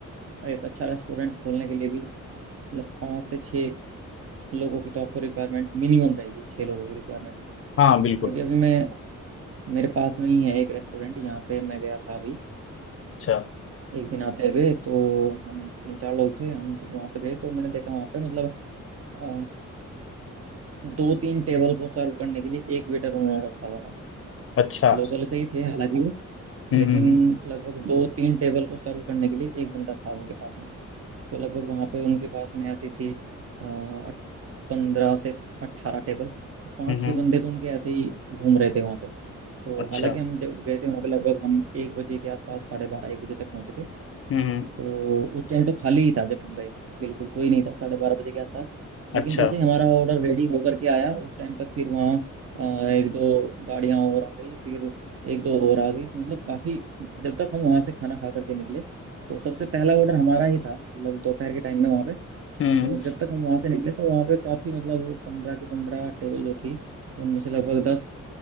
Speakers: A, on the right; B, on the left.
A: एक अच्छा रेस्टोरेंट खोलने के लिए भी मतलब पाँच से छः लोगों की तो आपको रिक्वायरमेंट मिनिमम रहेगी छः लोगों की रिक्वायरमेंट
B: हाँ
A: क्योंकि
B: बिल्कुल
A: अभी मैं मेरे पास में ही है एक रेस्टोरेंट यहाँ पे मैं गया था अभी
B: अच्छा
A: एक दिन आते हुए तो हम तीन चार लोग थे हम वहाँ पे गए तो मैंने देखा वहाँ पे मतलब अ, दो तीन टेबल को सर्व करने के लिए एक वेटर उन्होंने रखा हुआ था
B: अच्छा
A: लोकल से ही थे हालांकि वो
B: हम्म
A: लेकिन
B: हम्म
A: लगभग दो तीन टेबल को सर्व करने के लिए एक बंदा था उनके पास में तो लगभग वहाँ पे उनके पास में ऐसी थी पंद्रह से अट्ठारह टेबल तो पाँच
B: हम्म
A: छः
B: हम्म,
A: बंदे तो उनके ऐसे ही घूम रहे थे वहाँ पे तो
B: अच्छा
A: हालांकि हम जब गए थे वहाँ पे लगभग हम एक बजे के आसपास साढ़े बारह एक बजे तक पहुँचे थे
B: हम्म हम्म,
A: तो उस टाइम तो खाली ही था जब हम गए बिल्कुल कोई नहीं था साढ़े बारह बजे के आसपास
B: अच्छा
A: लेकिन जैसे ही हमारा ऑर्डर रेडी होकर के आया उस टाइम पर फिर वहाँ अ, एक दो गाड़ियाँ और आ गई फिर एक दो और आ गई तो मतलब काफ़ी जब तक हम वहाँ से खाना खा करके निकले तो सबसे पहला ऑर्डर हमारा ही था मतलब दोपहर के टाइम में वहाँ पे
B: हम्म
A: और जब तक हम वहाँ से निकले तो वहाँ पे काफ़ी मतलब पंद्रह की पंद्रह टेबल जो थी उनमें से लगभग दस